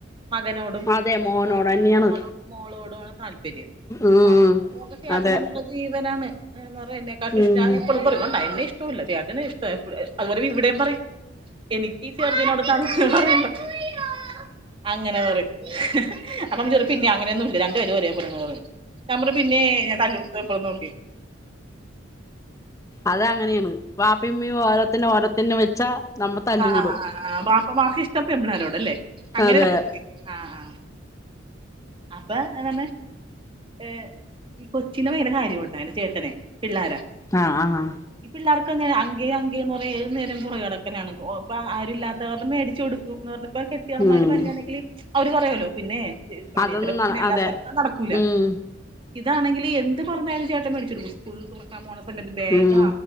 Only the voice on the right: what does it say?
മകനോടും
അച്ഛന്മാർക്കും
മോളോ മോളോടുമാണ് താല്പര്യം
അപ്പോ അമ്മക്ക് എന്ന് പറഞ്ഞാ ചേട്ടനെ
ജീവനാണ് എന്ന് പറഞ്ഞ എന്നെക്കാട്ടും ഇഷ്ട്ട
എപ്പളും അത് കൊണ്ട എന്നെ ഇഷ്ടോല്ല ചേട്ടനെ ഇഷ്ട്ട്വാ അത് പോലെ ഇവിടെം പറിം എനിക്കീ ചെറുതിനിനോട് <unintelligible> അങ്ങനെഴപറിം <unintelligible> പിന്നെ അങ്ങന്യൊന്നും ഇല്ല രണ്ടു പേരും ഒരെ പോലെന്ന് പറിം നമ്മള് പിന്നെ ഞ തല്ലും നോക്കി
ആഹ് ആഹ് ബാപ്പമാർക്ക് ഇഷ്ട്ടം പെമ്പിള്ളാരോട്‌ അല്ലെ ആഹ്
ആഹ് അപ്പൊ എതാണ് ഏഹ് ഈ കൊച്ചിനെ ഭയ്ങ്ക്ര കാര്യവാട്ടോ എന്റെ ചേട്ടനെ പിള്ളാരെ
ഈ പിള്ളാർക്കാണെ അങ്കേ അങ്കേന്ന് പറയാ ഏത് നേരം പൊറകെ നടക്കലാണ് ഇപ്പോ ആരു ഇല്ലാത്ത കാര്ണം മേടിച്ചൊടു ന്ന് പർഞ്ഞ് ഇപ്പ കെട്ട്യോള്
മാര് വര്ഞ്ഞാണെങ്കില് അവര് പറയോലോ പിന്നേ അനിത്തീടെ
കൊച്ചിന്
എല്ലാ
സൽത്താ നടക്കൂല
ഇതാണെങ്കില് എന്ത് പറഞ്ഞാലും ചേട്ടൻ മേടിച്ചൊടുക്കും സ്കൂള് തൊറക്കാൻ പോണ സമയത്ത് ബേഗാ